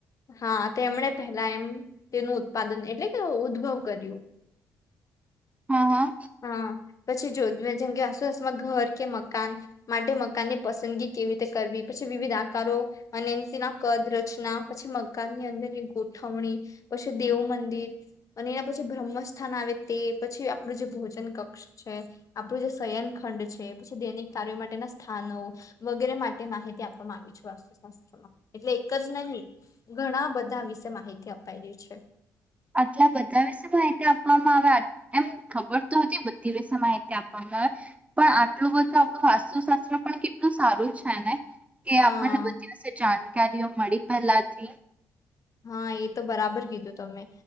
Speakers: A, on the left; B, on the right.
A: હા. તેમણે પેલા એમ તેનું ઉત્પાદન એટલે કે ઉદ્ભવ કર્યું.
B: હા હા
A: હા. પછી જો જેમ કે આસુસુમાં ઘર કે મગ. માટે મકાનની પસંદગી કેવી રીતે કરવી પછી વિવિધ આકારો અને તેના કદ રચના પછી મકાનની અંદરની ગોઠવણી પછી દેવ મંદિર અને એના પછી બ્રહ્મસ્થાન આવે તે પછી આપણું જે ભોજન કક્ષ છે આપણું જે શયન ખંડ છે પછી દૈનિક. કાર્યો માટેના સ્થાનો વગેરે માટે માહિતી આપવામાં આવી છે વાસ્તુશાસ્ત્રમાં એટલે એક જ નહીિ ઘણા બધા વિશે માહિતી અપાયાઈ રહી છે.
B: આટલા બધા વિશે માહિતી આપવામાં આવે એમ ખબર તો હતી બધી વિશે માહિતી આપવામાં આવે પણ આટલું બધું આપણું વાસ્તુશાસ્ત્ર પણ કેટલું સારું છેને. કે
A: હા
B: આપણને બતિઓ જાણ. ઓ મળી પહેલાથી.
A: હા એ તો બરાબર કીધું તમે